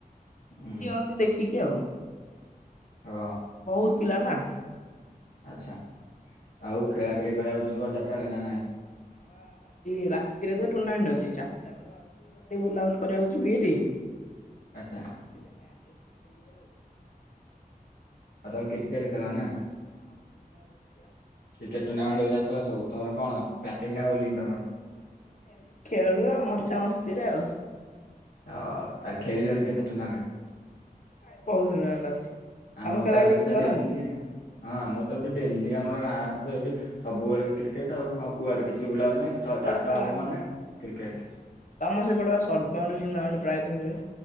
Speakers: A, on the left (about 75°); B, on the left (about 55°).
A: ହୁଁ
B: ଦିଅନ୍ତି ଦେଖିକି ଆଉ।
A: ଓ
B: ବୋହୁତ ପିଲା ନା।
A: ଆଚ୍ଛା ଆଉ ଖେଳାଖେଳି କରିବାକୁ ଯିବ ଚାରିଟା ବେଳେ ନା ନାଇଁ?
B: ହଁ ବା ଆଜି ରାତିରେ ତ ଟୁର୍ଣ୍ଣାମେଣ୍ଟ ଅଛି ଚାରିଟା ବେଳେ ଭାବୁଚି କୁଆଡ଼େ ଟିକେ ବୁଲାବୁଲି କରିବାକୁ ଯିବି ହାରି।
A: ଆଚ୍ଛା
B: ଦିଇଟା ମ୍ୟାଚ୍ ଅଛି ଖେଳିବା ଆଉ।
A: ଆଉ ତମେ କ୍ରିକେଟ୍ ଖେଳ ନା?
B: ହଁ ଟୁର୍ନାମେଣ୍ଟ ଅଛି ଆଉ।
A: କ୍ରିକେଟ ଟୁର୍ଣ୍ଣାମେଣ୍ଟରେ ବିରାଚଳା ସବୁ ତମର କଣ? ବ୍ୟାଟିଂ ନା ବୋଲିଂ ତମର।
B: ବା ଏଇ ସେମିତି ଖେଳୁ ଆ ମଜାମସ୍ତିରେ ଆଉ।
A: ଅ ତାହାଲେ ଖେଳିଲଣି କେତେ ଟୁର୍ଣ୍ଣାମେଣ୍ଟ୍?
B: ଆ ବୋହୁତ ଟୁର୍ନାମେଣ୍ଟ ଅଛି।
A: ଆମର
B: ତମେ ଖେଳା
A: ତ ଇଆଡେ
B: ଖେଳି କିଛି
A: ସୁଦା
B: କରନି?
A: ଡେଲି। ହଁ ଆମର ତ ଏଠି ଡେଲି ଆମର ଗାଁରେ ତ ଏଇଠି ସବୁବେଳେ କ୍ରିକେଟ ଆଉ। ଆଉ କୁଆଡେ
B: ହଁ
A: କିଛି ବୁଲାବୁଲି
B: ତମ
A: ନାହିଁ।
B: ସେପଟେ
A: ତ ଚାରଟା
B: ବା
A: ହବ ମାନେ କ୍ରିକେଟ।
B: ତମ ସେପଟେ ସର୍ଟ ବାଉଣ୍ଡ୍ରି ଟୁର୍ଣ୍ଣାମେଣ୍ଟ ପ୍ରାୟତଃ ହୁଏ।